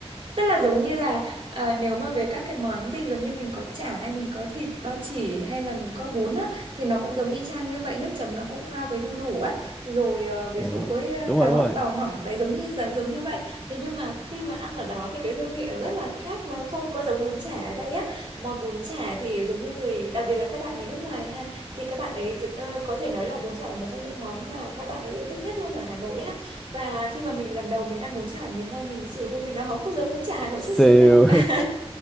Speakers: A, on the right (about 45°); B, in the centre.
A: Tức là giống như là à, nếu mà về các cái món thì giống như mình có chả hay mình có thịt ba chỉ hay là mình có bún á thì nó cũng giống y chang như vậy nước chấm nó cũng pha với đu đủ á rồi
B: <laughs>
A: ờ, ví
B: Ồ.
A: dụ với ờ,
B: Đúng
A: cà
B: rồi,
A: rốt
B: đúng rồi.
A: bào mỏng đấy giống như giống giống như vậy thế nhưng mà khi mà ăn ở đó thì cái hương vị nó rất là khác nó không có giống bún chả ở đây á món bún chả thì giống như người đặc biệt là các bạn người nước ngoài ha thì các bạn ấy dự- ờ, có thể nói là bún chả là một trong những món mà các bạn ấy yêu thích nhất luôn ở Hà Nội á và khi mà mình lần đầu mình ăn bún chả ở miền Nam mình xỉu thôi mình nó không có giống bún chả Hà Nội
B: siêu
A: chút xíu nào. <laughs>